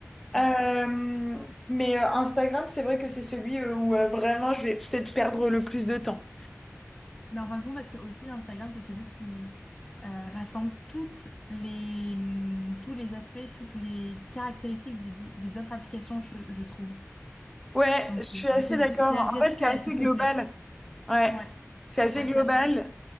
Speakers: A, on the left; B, in the centre.
A: Mhm.
B: Euh, mais euh, Instagram, c'est vrai que c'est celui euh, où euh, vraiment je vais peut-être perdre le plus de temps.
A: Mais en fin de compte, parce que aussi Instagram, c'est celui qui euh, rassemble toutes les, hum, tous les aspects, toutes les caractéristiques des, di- des autres applications, je, je trouve.
B: Ouais,
A: Donc,
B: je suis
A: euh,
B: assez
A: c'est
B: d'accord.
A: c'est l'application
B: En fait,
A: qui
B: c'est assez
A: est la plus complète.
B: global. Ouais,
A: Ouais,
B: c'est assez
A: ouais,
B: global.
A: c'est l'application.